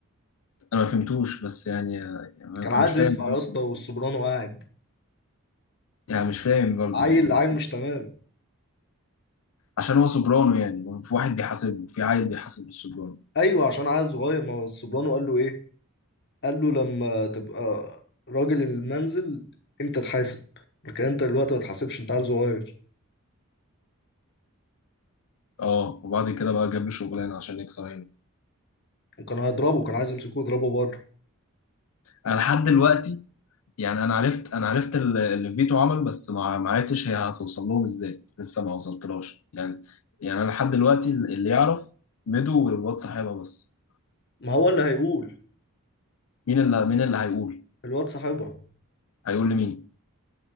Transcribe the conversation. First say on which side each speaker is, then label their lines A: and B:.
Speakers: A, on the left; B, on the left.
A: انا ما فهمتوش بس يعني, يعني انا
B: كان عايز
A: مش فاهم
B: يدفع يا اسطى والسوبرانو قاعد
A: يعني مش فاهم برضه
B: عيل
A: يعني
B: عيل مش تمام
A: عشان هو سوبرانو يعني في واحد بيحاسبه في عيل بيحاسب السوبرانو
B: ايوه عشان عيل صغير ما هو السوبرانو قال له ايه قال له لما تبقى راجل المنزل انت تحاسب لكن انت دلوقتي ما تحاسبش انت عيل صغير
A: اه وبعد كده بقى جاب له شغلانه عشان يكسر عينه
B: وكان هيضربه كان عايز يمسكه يضربه بره
A: انا لحد دلوقتي يعني انا عرفت انا عرفت ال- اللي فيتو عمله بس ما ما عرفتش هي هتوصل لهم ازاي لسه ما وصلتلهاش يعني يعني انا لحد دلوقتي اللي يعرف ميدو والواد صاحبها بس
B: ما هو اللي هيقول
A: مين اللي مين اللي هيقول
B: الواد صاحبها
A: هيقول لمين